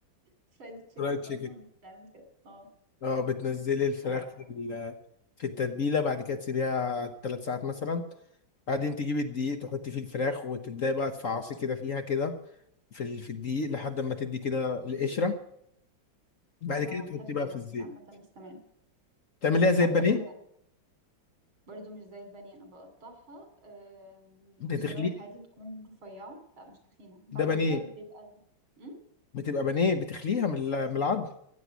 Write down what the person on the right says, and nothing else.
الفرايد تشيكن
<laughs> اصلا بتتعمل كده اه
ما-
انا ما
بعملهاش
كده
عامه بس تمام
بعملهاش
كده برضو مش زي البانيه انا بقطعها آم،
شرايح عادي تكون رفيعة لا مش تخينة بعد
كده بيبقى ال... م?